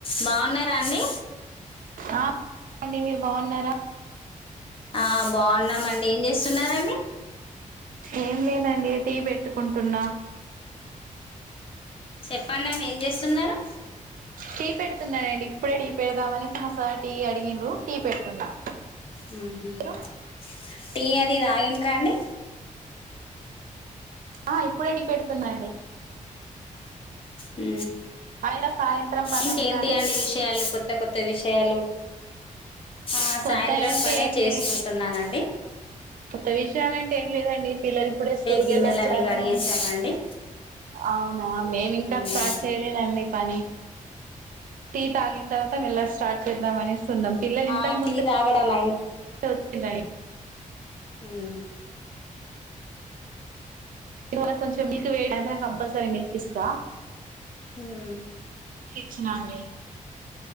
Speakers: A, on the left; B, on the right.
A: బాన్నారా అండి.
B: ఆ అండి. మీరు బావున్నారా
A: ఆ బావున్నామండి. ఏం చేస్తున్నారండి.
B: ఏం లేదండి టీ పెట్టుకుంటున్నా
A: చెప్పండి అండి. ఏం జేసున్నరు.
B: టీ పెడుతున్నానండి. ఇప్పుడే టీ పెడదామని మా సార్ టీ అడిగిరు టీ పెడుతున్నా.
A: ఉహు్
B: మీరు
A: టీ అది తాయిండ్రా అండి.
B: ఆ ఇప్పుడే టీ పెడుతున్నాడి.
A: హు
B: అయినా సాయంత్రం పని
A: ఇంకేంటి
B: అయిందని
A: అండి విషయాలు కొత్త కొత్త విషయాలు ఆ
B: కొత్తయి
A: సాయంత్రం
B: అంటే
A: పనే
B: ఏం
A: చేసుకుంటున్నానండి.
B: లే కొత్త విషయాలంటే ఏం లేదండి పిల్లలు ఇప్పుడే స్కూల్
A: గిన్నెలు
B: కేళ్ళొచ్చారు.
A: అవి కడిగేసామండి
B: అవునా మేమింతక్
A: మ్మ్.
B: స్టార్ట్ చేయలేదండి పని టీ తాగిన్ తర్వాత మెల్లగ్ స్టార్ట్ చేదాం అనేస్ కున్నం పిల్లలు ఇంతక్
A: ఆ టీ
B: ముందే
A: తాగడం
B: తొడ్తున్నాయ్.
A: హుహ్
B: ఇవళ కొంచెం మిల్క్ వేడైతనే కంపల్సరీ మిల్క్ ఇస్తా
A: హుహ్
B: చ్చినాండి